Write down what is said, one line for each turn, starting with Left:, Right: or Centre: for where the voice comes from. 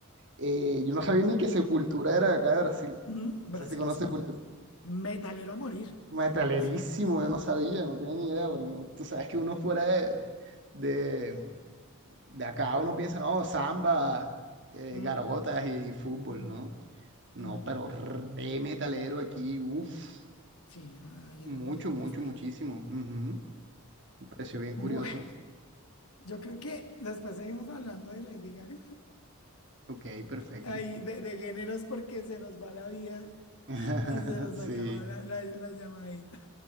Right: eh, yo no sabía ni que Sepultura era de acá de Brasil,
Left: mm,
Right: no
Left: Brasil
Right: sé si conoces
Left: es
Right: Sepultura,
Left: metalero a morir,
Right: metalerísimo,
Left: ¿sí?
Right: yo no sabía, no tenía ni idea,
Left: Mm,
Right: porque uno- tú sabes que uno fuera de, de, de acá, uno piensa, no, samba, eh,
Left: mm,
Right: gargotas y, y fútbol,
Left: mm,
Right: ¿no? No,
Left: No,
Right: pero re metalero aquí, uff,
Left: sí, ah, ya
Right: mucho,
Left: la moví muy
Right: mucho,
Left: fuerte.
Right: muchísimo. ujú. Un precio bien
Left: Bueno,
Right: curioso.
Left: yo creo que después seguimos hablando de Lady Gaga.
Right: Ok, perfecto.
Left: Ahí de, de géneros porque se nos va la vida
Right: <laughs>
Left: y se nos
Right: Sí,
Left: acaba la, la- la llamadita.